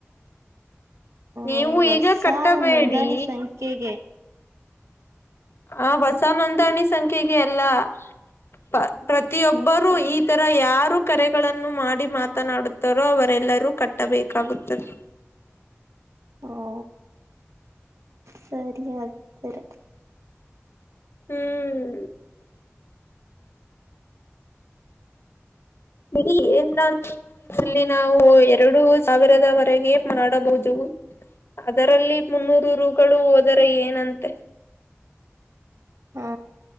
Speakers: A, on the left; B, on the right.
A: ನೀವು
B: ಒ ಹೊಸ
A: ಈಗ ಕಟ್ಟಬೇಡಿ
B: ನೋಂದಾಣಿ ಸಂಖ್ಯೆಗೆ
A: ಆ ಹೊಸ ನೋಂದಣಿ ಸಂಖ್ಯೆಗೆ ಅಲ್ಲ ಪ್ರ ಪ್ರತಿಯೊಬ್ಬರು
B: ಮತ್ತೆ
A: ಈ ತರ ಯಾರು ಕರೆಗಳನ್ನು ಮಾಡಿ ಮಾತನಾಡು ತರೋ ಅವರೆಲ್ಲರೂ ಕಟ್ಟಬೇಕಾಗುತ್ತದೆ.
B: ಹ್ ಓ ಸರಿಯಾಗಿದ್ದರೆ
A: ಹ್ಮ್ ಬಿಡಿ ಎನ್ನಿಲ್ಲಾಂದರೂ ಇದರಲ್ಲಿ ನಾವು ಎರಡು ಸಾವಿರದವರೆಗೆ ಮಾಡಬಹುದು. ಅದರಲ್ಲಿ ಮೂನ್ನೂರು ರೂಗಳು ಹೋದರೆ ಏನಂತೆ
B: ಹಾ